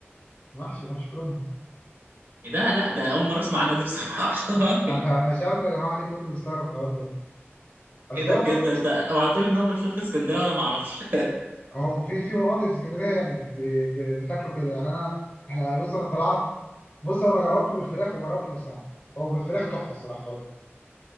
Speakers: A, on the left (about 30°); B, on the right (about 50°).
A: محشي محشي كرنب
B: ايه ده لا ده اول مره اسمع عنها دي بصراحه <laughs>
A: انا انا مش عارف يا جماعه ليه كله بيستغرب الحوار ده اصل
B: ايه ده
A: هو
B: بجد
A: بص
B: انت اوعى تقول لي ان هو مشهور في اسكندريه وانا ما اعرفش <laughs>
A: هو في في مناطق في اسكندريه يعني ب- ب- بتاكله كده يعني انا احنا بص انا طلعت بص انا جربته بالفراخ وجربته بالسمك هو بالفراخ تحفه الصراحه برضه